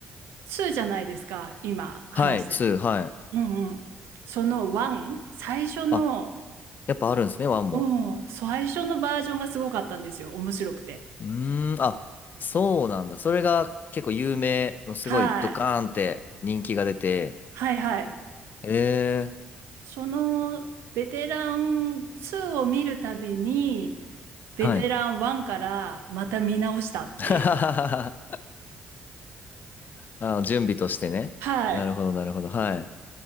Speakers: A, on the right (about 65°); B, on the left (about 45°).
A: 2じゃないですか、今話してる。
B: はい。2。はい。
A: うんうん。その1、最初の、
B: あ、やっぱあるんですね、1も。
A: うん、最初のバージョンがすごかったんですよ、面白くて。
B: うーん。あ、そうなんだ。それが結構有名の、すごいドカーンって人気が出て。
A: はい。はいはい。
B: えー。
A: そのベテラン2を見るたびに、ベテラン1からまた見直したっていう。
B: はい。<laughs> あの、準備としてね。
A: はい。
B: なるほど、なるほど。はい。